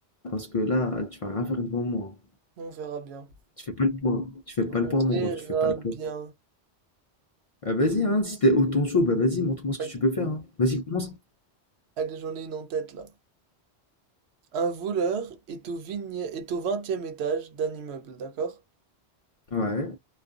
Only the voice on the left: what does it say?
Parce que là, tu vas rien faire devant moi.
Tu fais pas le poids. Tu fais pas
le poids, mon
ref. Tu fais pas le
poids. Ah, vas-y, hein, si t'es autant chaud, bah vas-y, montre-moi ce
que tu peux faire. hein. Vas-y, commence.
Ouais.